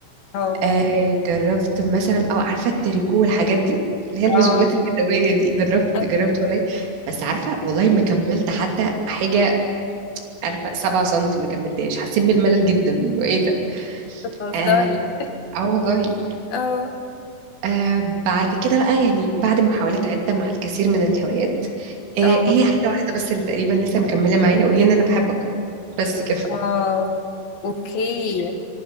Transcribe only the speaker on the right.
آه جربت مثلا او عارفه التريكو والحاجات دي اللي هي المشغولات
اليدويه دي جربت
جربت والله بس عارفه والله ما كملت حتى حاجه عارفه 7 سم ما كملتهاش حسيت بالملل جدا وايه ده
اه آه والله
آه بعد كده بقى يعني بعد محاولات عدة مع الكثير من الهوايات آه
هي حاجة واحدة بس اللي تقريبا لسه مكملة معايا وهي إن أنا بحب أقرأ بس كده